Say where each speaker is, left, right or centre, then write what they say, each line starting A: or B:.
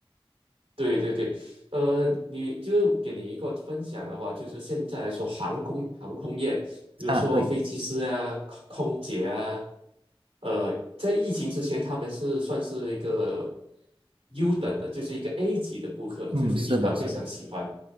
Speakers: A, on the right (about 80°); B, on the right (about 65°).
A: 对对对，呃，你就给你一个分享的话，就是现在来说，航空航空业，比如说飞机师啊、
B: 啊，对，
A: 空空姐啊，呃，在疫情之前，他们是算是一个优等的，就是一个 A 级的顾客，
B: 嗯，
A: 就是银行非常喜欢。
B: 是的，是的，